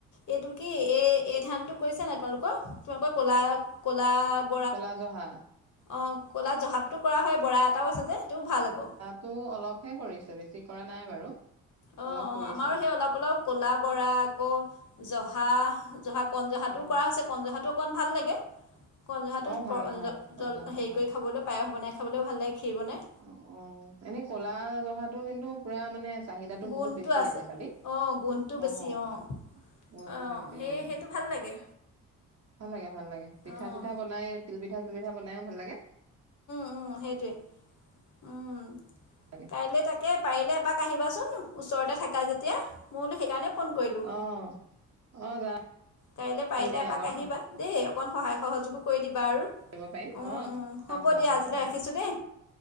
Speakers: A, on the left; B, on the right.
A: এইটো কি? এই, এই ধানটো কৰিছা, নাই তোমালোকৰ? তোমালোকৰ, ক'লা-ক'লা
B: ক'লা জহা?
A: অ'! ক'লা জহাটো কৰা হয়, বৰা এটাও আছে যে, সেইটোও ভাল আকৌ।
B: ত' অলপহে কৰিছে, বেছি কৰা নাই বাৰু।
A: অ'
B: অলপ
A: অ'!
B: কৰিছে
A: আমাৰো, সেই অলপ- অলপ ক'লা বৰা, আকৌ, জহা-জহা। কনজহাটোও,
B: অ
A: কৰা হৈছে, কনজহাটো অকণমান, ভাল লাগে। কণজহাটো,
B: অ ভাল
A: <unintelligible>
B: ভাল কলা
A: জল,
B: জহাটো
A: হেৰি
B: ভাল
A: কৰি খাবলৈও, পায়স বনাই খাবলৈও, ভাল লাগে! ক্ষীৰ বনাই।
B: অ' অ'! এনেই ক'লা জহাটো, কিন্তু, পূৰা মানে, চাহিদাটো
A: গোন্ধটো
B: বহুত বেছি,
A: আছে
B: আজিকালি।
A: অঁ গোন্ধটো বেছি
B: অ'!
A: অঁ
B: গুণটো,
A: অঁ
B: বেছি
A: সেই
B: অ'!
A: সেইটো ভাল লাগে
B: ভাল লাগে, ভাল লাগে। পিঠা-
A: অঁ
B: চিঠা বনাই, তিল পিঠা- চিল পিঠা, বনাইও ভাল লাগে।
A: অ'! সেইটোৱে, উম!
B: তাকে।
A: কাইলৈ তাকে, পাৰিলে এপাক আহিবাচোন? ওচৰতে থাকা, যেতিয়া। মই বোলো, সেইকাৰণে, ফোন কৰিলোঁ।
B: অ অ'! যাম।
A: কাইলৈ পাৰিলে,
B: দিয়া
A: এপাক
B: আকৌ
A: আহিবা, দেই? অকণমান, সহায়- সহযোগো কৰি দিবা আৰু।
B: কৰিব পাৰিম
A: উম,
B: অ
A: উম!
B: যাম
A: হ'ব
B: যাম
A: দিয়া। আজিলৈ,
B: যাম
A: ৰাখিছোঁ দেই।